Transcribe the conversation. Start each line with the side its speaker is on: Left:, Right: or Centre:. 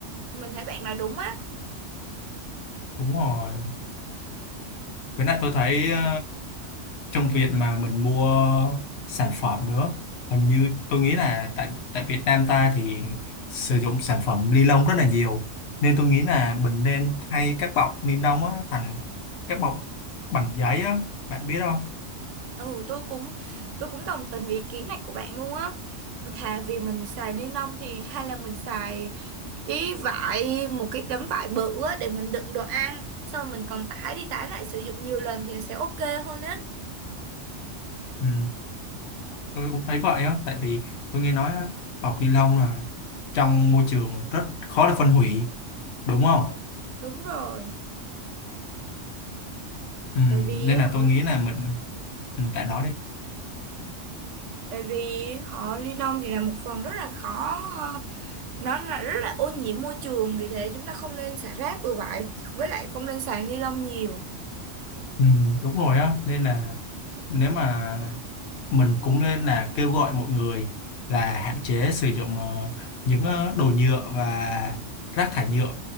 Right: Mình thấy bạn nói đúng á.
Left: đúng rồi với lại tôi thấy ờ, trong việc mà mình mua sản phẩm nữa hình như tôi nghĩ là tại tại Việt Nam ta thì sử dụng sản phẩm ni lông rất là nhiều nên tôi nghĩ là mình nên thay các bọc ni lông á, thành các bọc bằng giấy á bạn biết không
Right: Ừ tôi cũng tôi cũng đồng tình với ý kiến này của bạn luôn á. Mà Thà vì mình xài ni lông thì hay là mình xài cái vải một cái tấm vải bự á để mình đựng đồ ăn xong rồi mình còn tải đi tải lại sử dụng nhiều lần thì nó sẽ ok hơn á.
Left: ừ, tôi cũng thấy vậy á tại vì tôi nghe nói á, bọc ni lông là trong môi trường rất khó để phân hủy đúng không
Right: Đúng rồi.
Left: ừ,
Right: Tại vì
Left: nên
Right: á
Left: là
Right: hả
Left: tôi nghĩ là mình ừ, bạn nói đi
Right: tại vì họ ly lông thì là một phần rất là khó ờ, nó là rất là ô nhiễm môi trường vì thế chúng ta không nên xả rác bừa bãi với lại không nên xài ni lông nhiều
Left: ừ, đúng rồi á nên là nếu mà mình cũng nên là kêu gọi mọi người là hạn chế sử dụng ờ, những ờ, đồ nhựa và rác thải nhựa